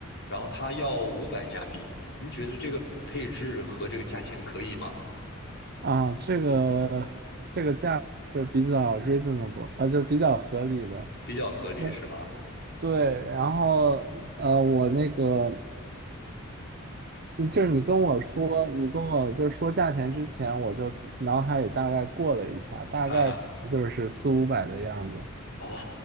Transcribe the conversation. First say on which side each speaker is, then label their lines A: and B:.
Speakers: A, on the left; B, on the right.
A: 然后它要五百加币，您觉得这个配置和这个价钱可以吗？
B: 啊，这个这个价是比较 reasonable，啊，就比较合理的。
A: 比较合理是吧？
B: 对对，然后呃，我那个嗯就是你跟我说，你跟我就说价钱之前，我就脑海里大概过了一下，大概就是四五百的样子。
A: 啊，哦，